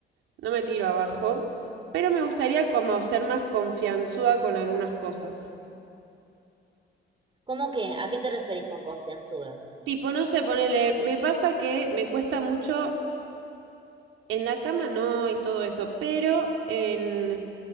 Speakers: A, on the right; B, on the right.
A: No me tiro abajo. Pero me gustaría como ser más confianzuda con algunas cosas.
B: ¿Cómo que? ¿A qué te referís con confianzuda?
A: Tipo, no sé, ponele. Me pasa que me cuesta mucho. En la cama no y todo eso. Pero en.